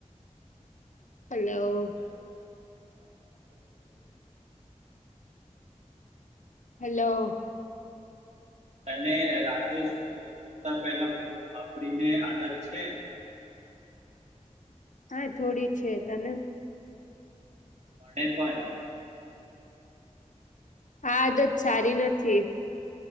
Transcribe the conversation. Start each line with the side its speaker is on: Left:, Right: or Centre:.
Left: હલો.
Right: <unintelligible>
Left: હેલો.
Right: તને રાતે સોતા પહેલા ફોન વાપરીને આદત છે.
Left: હા થોડી છે, તને.
Right: મને પણ.
Left: હા આદત સારી નથી.